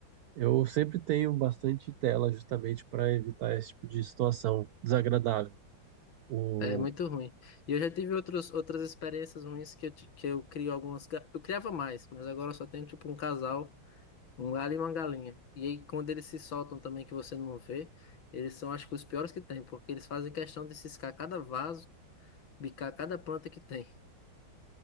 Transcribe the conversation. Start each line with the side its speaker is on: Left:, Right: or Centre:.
Right: Eu sempre tenho bastante tela justamente para evitar esse tipo de situação desagradável. O...
Left: É muito ruim. E eu já tive outros, outras experiências ruins que eu, ti- que eu crio algumas. ga- Eu criava mais, mas agora eu só tenho tipo um casal, um galho e uma galinha. E aí, quando eles se soltam também, que você não vê, eles são acho que os piores que tem, porque eles fazem questão de ciscar cada vaso, bicar cada planta que tem. <laughs>